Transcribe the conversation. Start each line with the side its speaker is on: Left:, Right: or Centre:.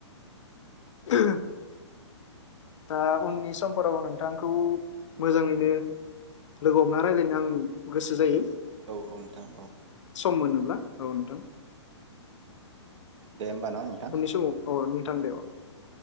Left: <inaudible> दा उननि समफोराव आं नोंथांखौ मोजाङैनो लोगो हमना रायलायनो आं गोसो जायो।
Right: औ नोंथां औ
Left: सम मोनोब्ला औ नोंथां।
Right: दे होमबा न' नोंथां
Left: उननि समाव अ नोंथां
Right: औ
Left: दे अ।
Right: औ